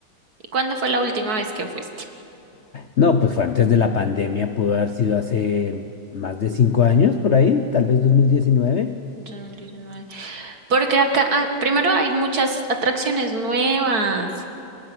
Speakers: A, on the right (about 50°); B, on the left (about 55°).
A: ¿y cuándo fue la última vez que fuiste?
B: No, pues fue antes de la pandemia, pudo haber sido hace más de cinco años por ahí, tal vez 2019.
A: 2019. Porque acá, ah, primero hay muchas atracciones nuevas